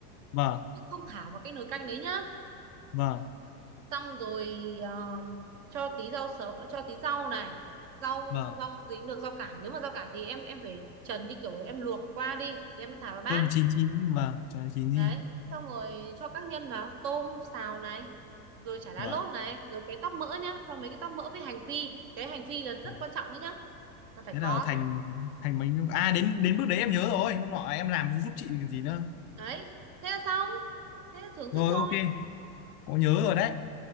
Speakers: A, on the left; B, on the right.
A: vâng
B: chứ không thả vào cái nồi canh đấy nhá
A: vâng
B: xong rồi ờ, cho tí rau sấu cho tí rau này rau
A: vâng
B: rau gì cũng được rau cải nếu mà rau cải thì em em phải trần như kiểu em luộc qua đi thì em mới thả vào bát
A: cho là chín chín vâng cho là chín gì
B: đấy thế xong rồi cho các nhân vào tôm xào này rồi chả lá
A: vâng
B: lốt này rồi cái tóp mỡ nhá cho mấy cái tóp mỡ với hành phi cái hành phi là rất
A: vâng.
B: quan trọng đấy nhá là phải
A: thế
B: có
A: là thành thành bánh à đến đến bước đấy em nhớ rồi hôm nọ em làm giúp chị còn gì nữa
B: đấy thế là xong thế là thưởng
A: rồi
B: thức thôi
A: ok có nhớ rồi đấy